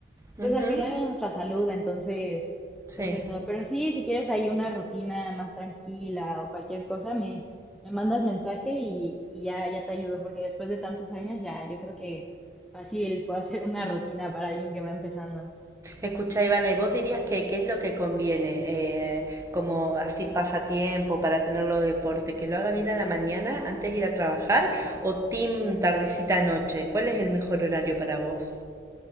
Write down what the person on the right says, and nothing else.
Ujú,
Sí.
Escuchá Ivana, ¿y vos dirías que qué es lo que conviene eh, como así pasatiempo para tenerlo de deporte? ¿Que lo haga bien a la mañana antes de ir a trabajar o team tardecita noche? ¿Cuál es el mejor horario para vos?